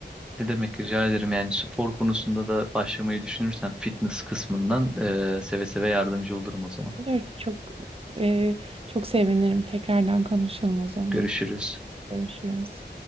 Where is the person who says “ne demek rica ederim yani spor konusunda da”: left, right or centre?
Centre